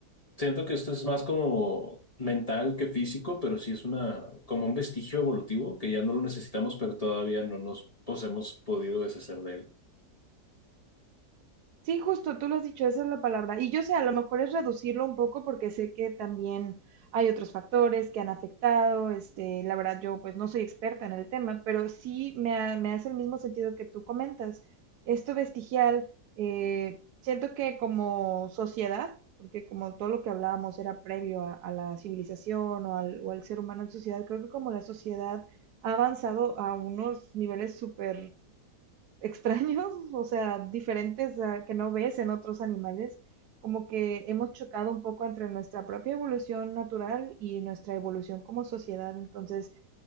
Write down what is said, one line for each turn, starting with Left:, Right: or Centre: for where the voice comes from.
Left: Siento que esto es más como mental que físico, pero sí es una como un vestigio evolutivo que ya no lo necesitamos, pero todavía no nos pues, hemos podido deshacer de él.
Right: Sí, justo, tú lo has dicho, esa es la palabra. Y yo sé, a lo mejor es reducirlo un poco porque sé que también hay otros factores que han afectado. Este, la verdad, yo pues no soy experta en el tema, pero sí me, ha- me hace el mismo sentido que tú comentas. Esto vestigial, eh, siento que como sociedad, porque como todo lo que hablábamos era previo a, a la civilización o al, o al ser humano en sociedad, creo que como la sociedad ha avanzado a unos niveles súper extraños, <laughs> o sea, diferentes a- que no ves en otros animales, como que hemos chocado un poco entre nuestra propia evolución natural y nuestra evolución como sociedad. Entonces,